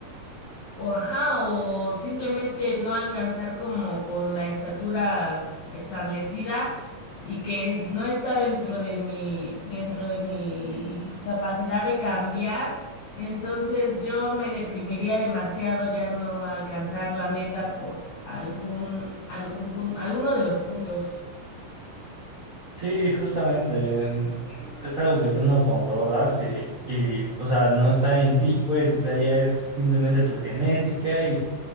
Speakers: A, on the left (about 60°); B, on the right (about 40°).
A: o ajá, o simplemente no alcanzar como con la estatura establecida y que no está dentro de mi, dentro de mi capacidad de cambiar, entonces yo me deprimiría demasiado ya no alcanzar la meta por algún, algún punto, alguno de los puntos.
B: Sí, justamente, en- es algo que tú no controlas y, y, o sea, no está en ti, pues, o sea, ya es simplemente tu genética